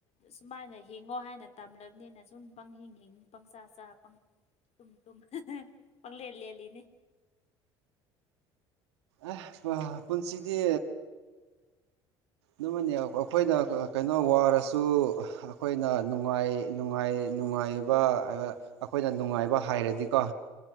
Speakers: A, on the left; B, on the right.
A: ꯁꯨꯃꯥꯏꯅ ꯍꯤꯡꯉꯣ ꯍꯥꯏꯅ ꯇꯝꯂꯕꯅꯤꯅ ꯁꯨꯝ ꯄꯪ ꯍꯤꯡ ꯍꯤꯡ ꯄꯪꯆꯥ ꯆꯥ ꯇꯨꯝ ꯇꯨꯝ ꯄꯪꯂꯦꯜ ꯂꯦꯂꯤꯅꯤ
B: ꯑꯦ ꯄꯨꯟꯁꯤꯗꯤ ꯑꯗꯨꯃꯅꯦ ꯑꯩꯈꯣꯏꯗ ꯀꯩꯅꯣ ꯋꯥꯔꯁꯨ ꯑꯩꯈꯣꯏꯅ ꯅꯨꯡꯉꯥꯏꯅꯨꯡꯉꯥꯏ ꯅꯨꯡꯉꯥꯏꯕ ꯑꯩꯈꯣꯏꯅ ꯅꯨꯡꯉꯥꯏꯕ ꯍꯥꯏꯔꯗꯤꯀꯣ